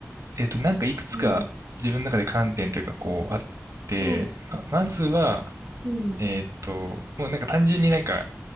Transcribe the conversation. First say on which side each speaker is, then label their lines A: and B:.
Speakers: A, on the right; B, on the right.
A: えーっと、なんかいくつか自分の中で観点というか、
B: うん。
A: こう、あって、
B: はい。
A: ま、まずは、
B: うん。
A: えーっと、もうなんか単純になんか、